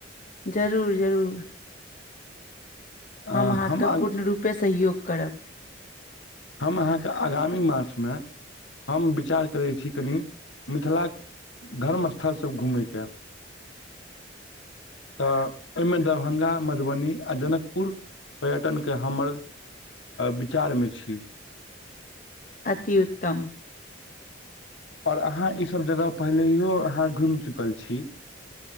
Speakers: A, on the left; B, on the left.
A: जरूर जरूर
B: अ,
A: हम अहाँके
B: आग-
A: पूर्ण रूपे सहयोग करब
B: हम अहाँके आगामी मास में हम विचार करैत छी कनि मिथिला केँ धर्म स्थलसभ घुमय के तऽ एहिहि में दरभंगा मधुबनी और जनकपुर पर्यटनके हमर विचार में छी
A: अति उत्तम
B: और अहाँ ई सभ जगह पहिलेयो अहाँ घुमि चुकल छी